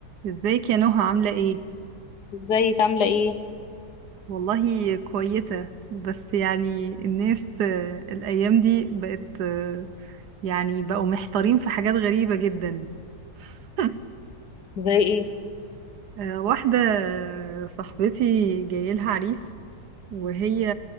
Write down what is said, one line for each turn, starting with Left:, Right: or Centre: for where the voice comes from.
Right: ازيك يا نهى عاملة ايه؟
Left: ازيك عاملة ايه
Right: والله كويسة بس يعني الناس آه، الأيام دي بقت آه، يعني بقوا محتارين في حاجات غريبة جدا <laughs>
Left: زي ايه
Right: آه، واحدة آه، صاحبتي جايلها عريس وهي